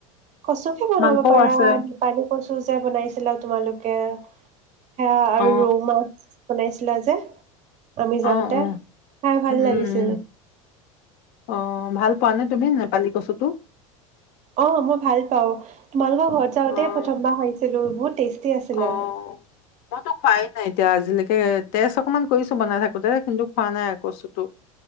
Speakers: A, on the right; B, on the left.
A: কচু খে বনাব
B: মাংসও
A: পাৰা
B: আছে
A: নিপালী কচু যে বনাইছিলা তোমালোকে হে আৰু
B: অ',
A: ৰৌ মাছ বনাইছো উঠিলা যে আমি যাওঁতে
B: অ', অ', অ',
A: খাই ভাল
B: উম, উম,
A: লাগিছিল
B: অ ভাল পোৱা নে তুমি নেপালী কচুটো?
A: অ মই ভাল পাও তোমালোকৰ ঘৰত যাওঁতে
B: অ'।
A: প্ৰথমবাৰ খাইিছিলো বহুত টেষ্ট কতি আছিলল
B: অ',
A: <unintelligible>
B: মইতো খোৱাই নাই এতিয়া আজিলৈকে তেজ অকনমান কৰিছো। বনাই থাকো দে কিন্তু খোৱা নাই কচুটো